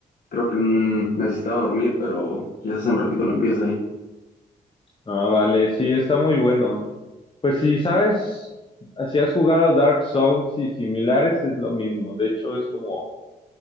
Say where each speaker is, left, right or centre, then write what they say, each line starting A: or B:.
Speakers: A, on the left; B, on the left.
A: Creo que mm, necesitaba dormir, pero quizás en un ratito lo empiece.
B: Ah, vale, sí, está muy bueno. Pues si sabes, si has jugado Dark Souls y similares, es lo mismo. De hecho, es como